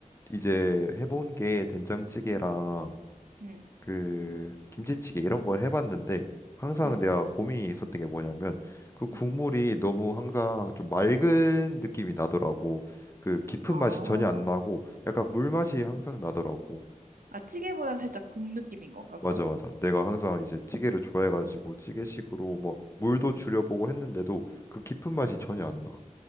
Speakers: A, on the left; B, on the right.
A: 이제 해본 게 된장찌개랑
B: 응,
A: 그 김치찌개 이런 걸 해봤는데 항상
B: 응,
A: 내가 고민이 있었던 게 뭐냐면 그 국물이
B: 응.
A: 너무 항상 좀 맑은 느낌이 나더라고. 그 깊은
B: 아, 어.
A: 맛이 전혀 안 나고 약간 물 맛이 항상 나더라고.
B: 아, 찌개보단 살짝 국 느낌인 건가, 그럼?
A: 맞아, 맞아. 내가 항상 이제 찌개를 좋아해가지고 찌개식으로 뭐 물도
B: 어.
A: 줄여보고 했는데도 그 깊은 맛이 전혀 안 나.